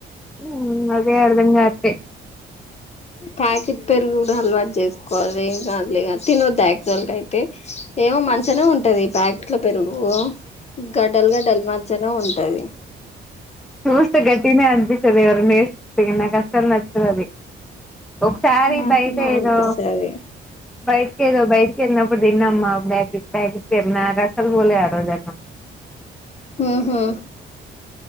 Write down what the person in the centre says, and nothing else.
ఉ అదే అడుగ్ వెంగాతె
చూస్తే గట్టిగనే అనిపిస్ తది నే <unintelligible> నాక్ అస్సల్ నచ్చదది. ఒకసారి
బయట
ఏదో బయటకేదో బయటికెల్నప్ అప్పుడ్ తిన్నామ్మ ప్యాకిట్ ప్యాకిట్ పెరుగు నాకస్సల్ పోలే ఆరోజు అన్నం